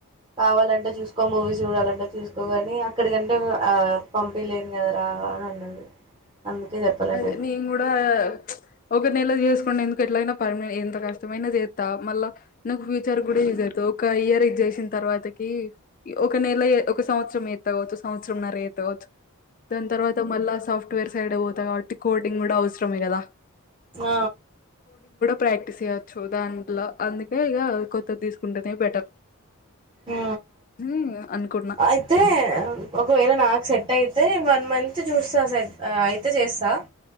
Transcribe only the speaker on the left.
అదే
నిను కూడా ఒక నెల చేస్ ఎందుకు ఎట్లయిన పర్ ఎంత కష్టమైననా చేత్త మళ్ళ నాకు ఫ్యూచర్ కూడా యజ్ అయి ఒక ఇయర్ చేసిన తర్వాతకి ఒక నెల ఒక సంవత్సరం చేత్త కావచ్చు సంవత్సరం నరచే త్త కావచ్చు దాని తర్వాత మళ్ళా సాఫ్ట్వేర్ సైడే పోతా కాబట్టి కోడింగ్ కూడా అవసరమే కదా
ప్రాక్టీస్ చేయొచ్చు దాంట్లో అందుకే ఇగ కొత్తది తీసుకుంటేనే బెటర్
అని అనుకున్నా